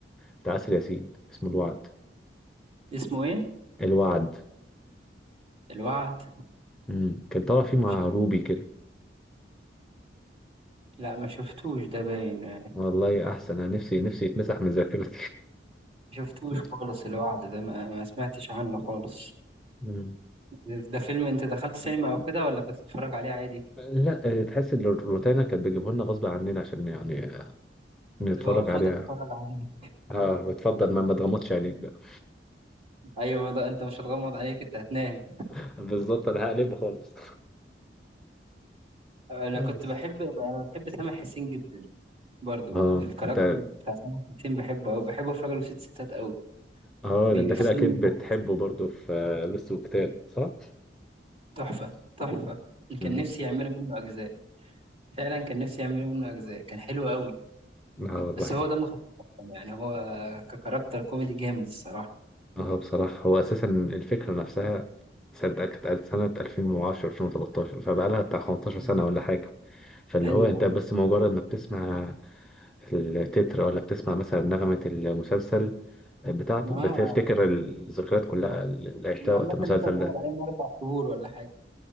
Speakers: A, in the centre; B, on the right.
A: بتاع آسر ياسين اسمه الوعد
B: اسمه إيه؟
A: الوعد
B: الوعد
A: امم كان طالع فيه مع
B: مش عارف.
A: روبي كده
B: لا ما شفتوش ده باين ما
A: والله احسن انا نفسي نفسي يتمسح من ذاكرتي
B: شفتوش
A: <laughs>
B: خالص الوعد ده ما, ما سمعتش عنه خالص
A: مم.
B: ده ده فيلم أنت دخلت سينما أو كده ولا كنت بتتفرج عليه عادي؟
A: لا آه، تحس ان الروتانا كانت بتجيبه لنا غصب عننا عشان يعني آه، نتفرج
B: اللي هو خد
A: عليها
B: اتفرج عليه
A: اه وتفضل ما ما تغمضش عينيك بقى
B: ايوه ما ده انت مش هتغمض عليك انت هتنام
A: <laughs> بالظبط انا هقلبه خالص
B: انا
A: منز
B: كنت بحب انا بحب سامح حسين جدا برضو
A: اه
B: الكاركتر
A: انت
B: بتاع سامح حسين بحبه قوي بحبه في راجل وست ستات قوي
A: اه ده
B: الفيلم
A: انت كده اكيد بتحبه
B: ده
A: برضو في آه، لص وكتاب صح؟
B: تحفة تحفة أنا كان
A: امم
B: نفسي يعملوا منه أجزاء فعلا كان نفسي يعملوا منه أجزاء كان حلو قوي
A: اه والله
B: بس هو دمه خفيف أصلاً. يعني هو ككاركتر كوميدي جامد الصراحة
A: اه بصراحة هو اساسا الفكرة نفسها صدق كانت سنة 2010 2013 فبقالها بتاع 15
B: مم.
A: سنة ولا حاجة فاللي
B: أيوه
A: هو انت بس
B: أيوه
A: مجرد ما بتسمع التتر ولا بتسمع مثلا نغمة المسلسل بتاعته
B: ما
A: بتفتكر الذكريات كلها اللي عشتها
B: أنا
A: وقت
B: عامة
A: المسلسل
B: لسه بتفرج
A: ده
B: عليه من أربع شهور ولا حاجة